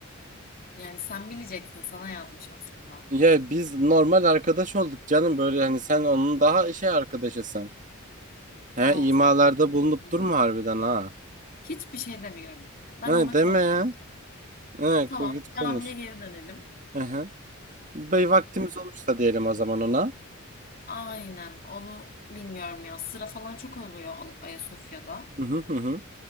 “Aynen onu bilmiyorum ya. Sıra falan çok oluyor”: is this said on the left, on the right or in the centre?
Left